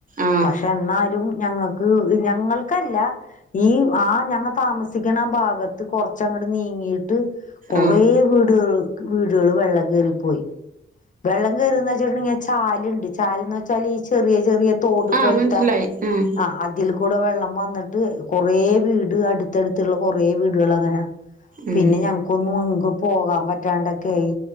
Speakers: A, on the right; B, on the left.
A: ആഹ്
B: പക്ഷെ എന്നാലും ഞങ്ങക്ക് ഞങ്ങൾക്കല്ല ഈ ആ ഞങ്ങ താമസിക്കണ ഭാഗത്ത് കൊറച്ചങ്ങട് നീങ്ങീട്ട് കൊറേ
A: ആഹ്
B: വീടുകൾ വീടുകള് വെള്ളം കേറി പോയി വെള്ളം കേറി <unintelligible> <unintelligible> ചാല്ണ്ട് ചാൽന്ന് വെച്ചാല് ഈ ചെറിയ ചെറിയ തോട്
A: ആഹ്
B: പോൽത്ത
A: മനസ്സിലായി ആഹ്
B: ആ അതിൽ കൂടെ വെള്ളം വന്നിട്ട് കൊറേ വീട് അടുത്തടുത്ത്ള്ള കൊറേ വീടുകളങ്ങനാ
A: ഉം
B: പിന്നെ ഞങ്ങക്കൊന്നും <unintelligible> പോകാൻ പറ്റാണ്ടൊക്കായി